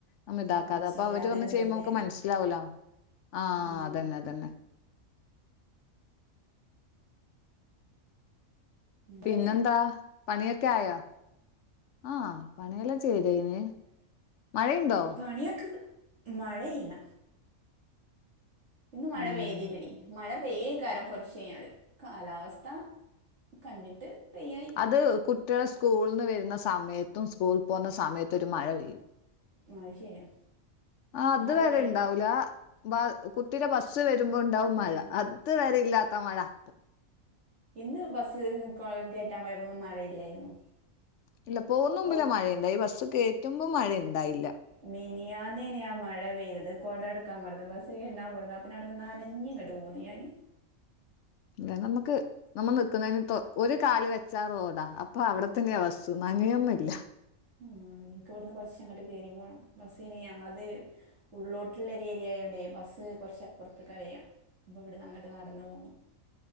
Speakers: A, on the left (about 65°); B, on the right (about 55°).
A: നമ്മ ഇതാക്കാതെ
B: ആഹ്
A: അപ്പൊ
B: ചെയ്യാതിരുന്നതില്ലേ
A: അവര് വന്ന് ചെയ്യുമ്പോൾ നമ്മക്ക് മനസ്സിലാവില്ല ആഹ്
B: ഉം
A: അതന്നെ അതന്നെ പിന്നെന്താ
B: അതല്ലേ
A: പണിയൊക്കെ ആയാ ആഹ് പണിയെല്ലാം ചെയ്തയ്ഞ്ഞ് മഴയുണ്ടോ
B: പണിയൊക്ക് മഴയില്ല ഇന്ന് മഴ
A: ഉം
B: പെയ്തില്ലടി മഴ പെയ്യേകാരം കൊറച്ച് കയിഞ്ഞാല് കാലാവസ്ഥ കണ്ടിട്ട് പെയ്യായിരിക്കും
A: അത് കുട്ടിയാളെ സ്കൂൾന്ന് വരുന്ന സമയത്തും സ്കൂൾ പോന്ന സമയത്തും ഒരു മഴ പെയ്യും
B: ആഹ് അയ് ശരിയാ
A: ആഹ് അത്
B: ആ ഒരു
A: വെരേ
B: ടൈം
A: ഇണ്ടാവൂല ബാ കുട്ടിയുടെ ബസ് വരുമ്പോ ഉണ്ടാവും
B: ഉം.
A: മഴ അത് വരെ ഇല്ലാത്ത മഴ അപ്പം
B: ഇന്ന് ബസ് ക്ക് ഓളീം കേറ്റാൻ പോയപ്പോ ഒന്നും മഴയില്ലായിരുന്നു
A: ഇല്ല പോകുന്ന മുമ്പിലെ
B: ഓ
A: മഴയുണ്ടായി ബസ്സ് കയറ്റുമ്പോ മഴ ഇണ്ടായില്ല
B: മിനിയാന്നെനി ആഹ് മഴ പെയ്തത് കൊട എടുക്കാ മറന്ന് ബസ് കേറ്റിടാൻ പോന്നതാ പിന്നെ അവിടുന്ന് നനഞ്ഞ്ങ്ങ ട്ട് പോന്ന് ഞാൻ
A: ഇല്ല നമ്മക്ക് നമ്മൾ നിക്കുന്നതിന് തോ ഒരു കാല് വെച്ചാ റോഡാ അപ്പൊ അവിടത്തന്നെയ ബസ്സ് നനയൊന്നുല്ല
B: ആഹ് ഇൻക്ക് ഇവിടുന്ന് കൊറച്ചങ്ങട്ട് കേറി പോണം ബസ് അയ്‌ന് ഞങ്ങൾത് ഉള്ളോട്ടുള്ള ഒരു ഏരിയായോണ്ട് ബസ് കൊറച്ചപ്പുറത്ത്ക്കാ വരിക അപ്പൊ ഇവിട്ന്ന് അങ്ങട്ട് നടന്നു പോണം